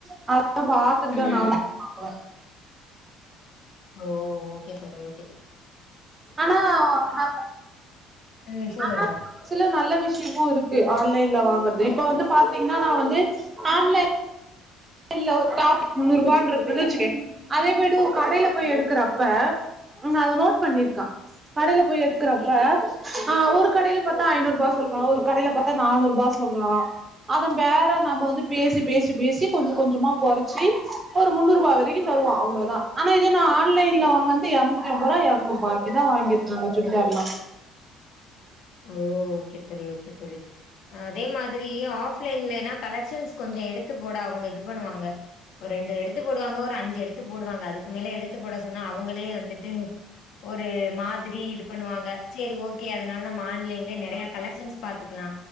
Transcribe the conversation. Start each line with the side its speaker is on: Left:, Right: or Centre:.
Right: <inaudible> பாத்துட்டுதா
Left: ம்
Right: நா <inaudible> வாங்குவே
Left: ஓ ஓகே தோழி ஓ
Right: ஆனா <inaudible>
Left: ம் சொல்லுங்க
Right: ஆனா சில நல்ல விஷ்யமோ இருக்கு ஆன் லைன்ல வாங்கற்து இப்ப வந்து பாத்தீங்ன்னா நா வந்து ஆன்லைன் இ ஒ க ஒரு முன்னூருபான்ட்ருக்குன் வச்சுக்கே அதே போய்ட்டு ஒ கடைல போய் எடுக்கேறப்ப ம் நா அத நோட் பண்ணிருக்கே கடைல போய் எடுக்குறப்ப ஆ ஒரு கடைல பாத்தா ஐநூருபா சொல்றா ஒரு கடைல பாத்தா நானூருபா சொல்றா அத வேற நம்போ வந்து பேசி பேசி பேசி கொஞ்சோ கொஞ்சமா கொறச்சி ஒரு முன்னூருபா வெரிக்கு வருவோ அவ்ளோதா ஆனா இதே நா ஆன்லைன்ல வாங்கந்து எர்நூத்தி உம்போதா எர்னுருபாய்க்கி தா வாங்கிர்க்கங்க சுடிதார்ல்லா
Left: ஓ ஓகே தோ ழி ஓகே தோழி அதே மாதிரி ஆஃப்லைன்லனா கலெக்ஷன்ஸ் கொஞ்சோ எடுத்து போட அவங்க இது பண்ணுவாங்க ஒரு ரெண்டு எடுத்து போடுவாங்க ஒரு அஞ்சு எடுத்து போடுவாங்க அதுக்கு மேல எடுத்து போட சொன்னா அவுங்களே வந்துட் டு ஒரு மாதிரி இது பண்ணுவாங்க செரி ஓகே அதனால நம் ஆன்லைன்ல நெறைய கலெக்ஷன்ஸ் பாத்துக்கலா